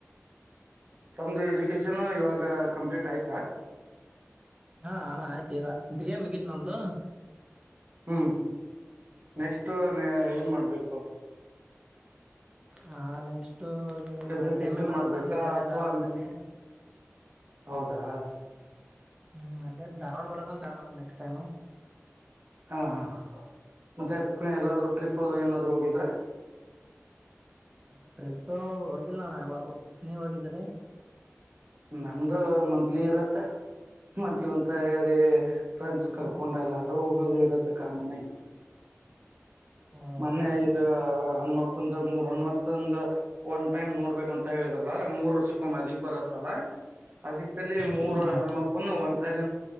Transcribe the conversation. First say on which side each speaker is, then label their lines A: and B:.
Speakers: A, on the right; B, on the right.
A: ತಮ್ದು ಎಜುಕೇಶನ್ ಇವಾಗ ಕಂಪ್ಲೀಟ್ ಆಯ್ತಾ
B: ಹಾ ಅಣ್ಣ ಆಯ್ತು ಈಗ ಬಿಎ ಮಗಿತು ನಂದುು
A: ಹ್ಮ್ ನೆಕ್ಸ್ಟ್ ಏನ್ ಮಾಡ್ಬೇಕು
B: ಹಾ ನೆಕ್ಸ್ಟ್ ಅು
A: ಎಜುಕೇಶನ್
B: ಮಾಡಿದ್ರೆ ಮ್ ಎ ಮಾಡ್ಬೇಕು
A: ಮಾಡ್ಬೇಕಾ
B: ಅಂತಿದ ಅಲ್ಲೇ
A: ಅಥವಾ
B: ಧಾರವಾಡದಲ್ಲಿ
A: ಹಾ
B: ಹ್ಮ್ ಅಲ್ಲೇ ಧಾರ್ವಾಡ ಬರೋಕಂತ ಚ <unintelligible> ಲ್ಲ ನೆಕ್ಸ್ಟ್ ಟೈಮ್
A: ಹಾ ಹಾ ಮತ್ತೆ ಎಲ್ಲಾದ್ರೂ ಟ್ರಿಪ್ ಅದು ಏನಾದ್ರು ಹೋಗಿದ್ರೆ
B: ಹಾ ಟ್ರಿಪಹೋಗಿಲ್ಲಣ ಯಾವಾಗ ನೀವ್ ಹೋಗಿದ್ರಿ
A: ನಮ್ದು ಮಂತ್ಲಿ ಇರತ್ತ ಮತ್ ಒಂದ್ಸಾರಿ ಫ್ರೆಂಡ್ಸ್ ಕರ್ಕೊಂಡಲ್ಲ ಆದ್ರೂ ಹೋಗೋದು ಇರತ್ತೆ ಕಾಮನ್ ಆಗಿ
B: ಹ
A: ಮೊನ್ನೆ
B: ಹೌದಾ
A: ಈಗ ಹಣಮಪ್ಪಂದ ಮೂರ್ ಹಣ್ಮತ್ತಂದ ಒನ್ ಟೈಮ್ ನೋಡ್ಬೇಕಕ್ ಅಂತ ಹೇಳಿದ್ರಲ್ಲ ಮೂರ್ ವರ್ಷ ಅದಕ್ ಬ ಲ್ಲ ಅದಕ್ಕಲ್ಲಿ ಮೂರ್
B: ಹ್ಮ್
A: ಹನುಮಪ್ಪನ ಒ ಸರಿ